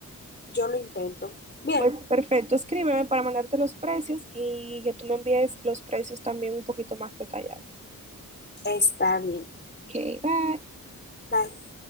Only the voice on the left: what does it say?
yo lo intento. Bien,
está bien.
Bye.